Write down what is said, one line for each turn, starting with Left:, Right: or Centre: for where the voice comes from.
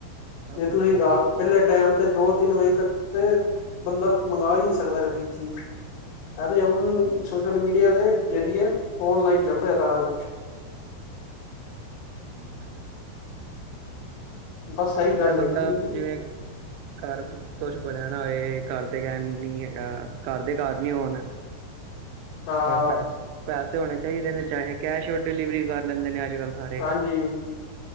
Right: ਬੜਾ
Left: ਜੇ
Right: ਸੌਖਾ
Left: ਤੁਸੀਂ
Right: ਹੈਗਾ
Left: ਰਾਤ, ਪਹਿਲੇ ਟਾਈਮ। ਇੱਥੇ, ਦੋ, ਤਿੰਨ ਵਜੇ ਤੱਕ ਤੇ, ਬੰਦਾ ਮੰਗਾ ਹੀ, ਨਹੀਂ ਸਕਦਾ ਕਦੀ ਵੀ, ਚੀਜ਼ । ਇਹ ਤਾਂ ਹੁਣ, ਸੋਸ਼ਲ ਮੀਡੀਆ ਦੇ ਜ਼ਰੀਏ, ਔਨਲਾਈਨ, ਚੱਲਦਾ ਹੈ। ਸਾਰਾ ਕੁਝ।
Right: ਕੀ, ਗੱਲ ਐ।
Left: ਬਸ ਸਹੀ ਗੱਲ
Right: ਜਾ, ਬੰਦਾ,
Left: ਹੈਗੀ ਹੈ ਜੀ
Right: ਜਿਵੇਂ ਘਰ ਕੁਝ ਬਣਿਆ ਨਾ ਹੋਏ । ਘਰਦੇ ਕਹਿਣ ਨਹੀਂ, ਹੈਗਾ। ਘਰਦੇ ਘਰ ਨਹੀਂ ਹੋਣ
Left: ਹਾਂ
Right: ਪੈਸੇ <unintelligible> ਪੈਸੇ ਹੋਣੇ ਚਾਹੀਦੇ ਨੇ, ਚਾਹੇ ਕੈਸ਼ ਔਨ ਡਿਲੀਵਰੀ ਕਰ ਲੈਂਦੇ ਨੇ ਅੱ- ਅੱ ਕੱਲ ਸਾਰੇ।
Left: ਹਾਂਜੀ